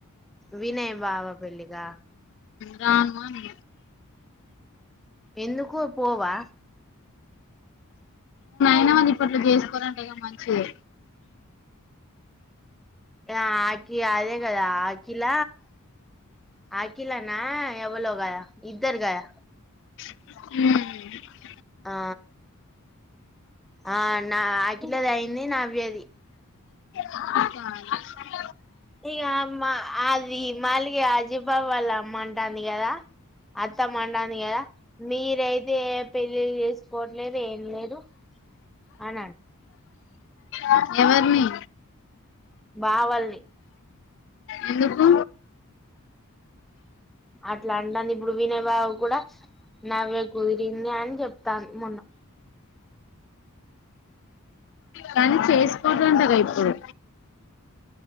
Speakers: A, in the centre; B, on the left.
A: వినయ్ బావ పెళ్లిక
B: రానుమా అన్నా
A: ఎందుకు పోవా
B: ఎనా మంది ఇప్పట్లో చేసుకోనంటే మంచిది
A: ఏ అఖి అదే కదా అఖిల అఖిలానా ఎవలో కదా ఇద్దరు కదా
B: హ్మ్
A: ఆ ఆ నా అఖిలది అయింది నవ్యది
B: <unintelligible>
A: ఇక మా అది మళ్ళీ అజీబావ వాళ్ళ అమ్మ అంటుంది కదా అత్తమ్మంటంది కదా మీరయితే ఏ పెళ్లి చేసుకోవట్లేదు ఏం లేదు అని అంట
B: ఆ ఎవరిని
A: బావాలని
B: ఎందుకు
A: అట్లా అడాని ముప్పుడు వినేవారు కూడా నవ్వే కుదిరింది అని చెప్తాను మొన్న
B: కానీ చేసికోతుంటగా ఇప్పుడు